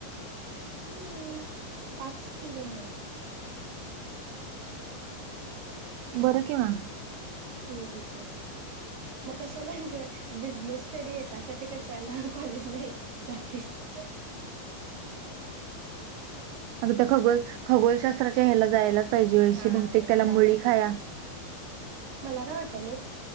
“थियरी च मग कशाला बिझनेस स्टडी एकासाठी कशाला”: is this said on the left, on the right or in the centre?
Right